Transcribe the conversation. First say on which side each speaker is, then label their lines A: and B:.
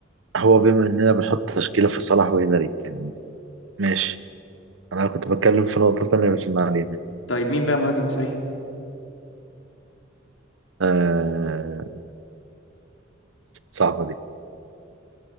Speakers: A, on the right; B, on the left.
A: هو بما اننا بنحط تشكيله في صلاح وهنري يعني ماشي انا كنت بتكلم في نقطه تانية بس ما علينا
B: طيب مين بقى مهاجم صريح
A: آه صعبه دي